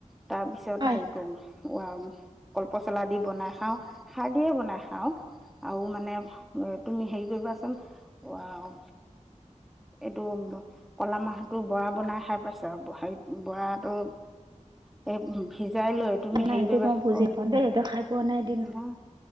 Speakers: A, in the centre; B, on the right.
A: তাৰপিছত
B: হয়।
A: হেৰি কৰোঁ। <unintelligible> ক'লপচলা দি বনাই খাওঁ, খাৰ দিয়ে বনাই খাওঁ আও মানে তুমি হেৰি কৰিবা চোন ৱাও এইটো ক'লা মাহতো বৰা বনাই খাই পাইছ, হেৰিত বৰাট টো হেয় ভিজাই লৈ। তুমি
B: নাই
A: হেৰি
B: এইটো
A: কৰিবা
B: মই বুজি
A: অ',
B: পাওঁ দেই এইটো খাই পোৱা নাই এদিনো।
A: নাহ।